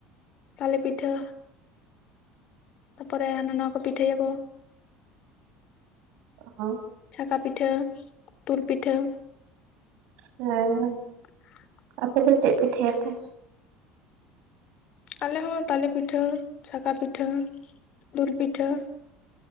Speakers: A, on the left; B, on the right.
A: ᱛᱟᱞᱮ ᱯᱤᱴᱷᱟᱹ ᱛᱟᱯᱚᱨᱮ ᱦᱟᱸᱱᱟ ᱱᱟᱣᱟ ᱠᱚ ᱯᱤᱴᱷᱟᱹᱭᱟ ᱠᱚ᱾
B: <inaudible>
A: ᱪᱷᱟᱠᱟ ᱯᱤᱴᱷᱟᱹ ᱫᱩᱞ ᱯᱤᱴᱷᱟᱹ
B: ᱦᱮᱸ᱾
A: <unintelligible>
B: ᱟᱯᱮ ᱯᱮ ᱪᱮᱫ ᱯᱤᱴᱷᱟᱹᱭᱟᱯᱮ?
A: ᱟᱞᱮ ᱦᱚᱸ ᱛᱟᱞᱮ ᱯᱤᱴᱷᱟᱹ ᱪᱷᱟᱠᱟ ᱯᱤᱴᱷᱟᱹ ᱫᱩᱞ ᱯᱤᱴᱷᱟᱹ